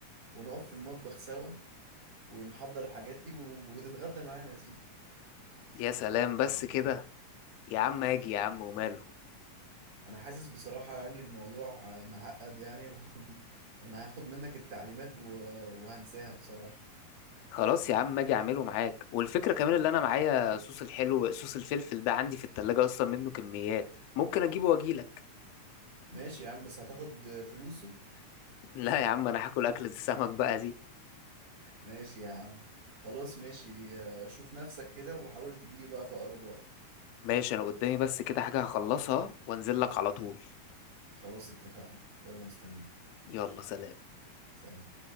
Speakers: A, on the right; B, on the left.
A: ونقف في المطبخ سوا ونحضر الحاجات دي و- وتتغدى معانا يا سيدي
B: يا سلام بس كده يا عم اجي يا عم وماله
A: انا حاسس بصراحة يعني الموضوع آه، معقد يعني و... <laughs> انا هاخد منك التعليمات و... وهنساها بصراحة
B: خلاص يا عم اجي اعمله معاك والفكره كمان اللي انا معايا صوص الحلو صوص الفلفل ده عندي في التلاجة اصلا منه كميات ممكن اجيبه واجيلك
A: ماشي يا عم بس هتاخد فلوسه
B: <laughs> لا يا عم انا هاكل اكلة السمك بقى دي
A: ماشي يا عم خلاص ماشي آه، شوف نفسك كده وحاول تجيلي بقى في أقرب وقت
B: ماشي انا قدامي بس كده حاجه هخلصها وانزل لك على طول
A: خلاص اتفقنا يلا مستنيك
B: يلا سلام
A: سلام